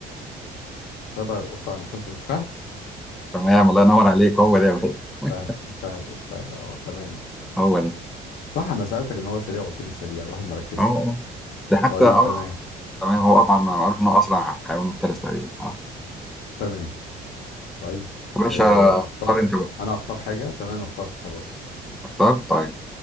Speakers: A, on the left; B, in the centre.
A: شبه القطه المفترس الفهد
B: تمام الله ينور عليك هو ده يا باشا <laughs>
A: فهد الفهد الفهد اه تمام
B: هو ده
A: صح انا سالتك ان هو سريع وقلت لي سريع الواحد مركز
B: اه آه. ده حتى
A: طيب
B: اه
A: تمام
B: تمام هو طبعا معروف انه اسرع حيوان مفترس تقريبا اه
A: تمام طيب
B: يا باشا
A: آه، اختار
B: اختار انت بقى
A: انا اختار حاجه تمام اخترت خلاص
B: اخترت طيب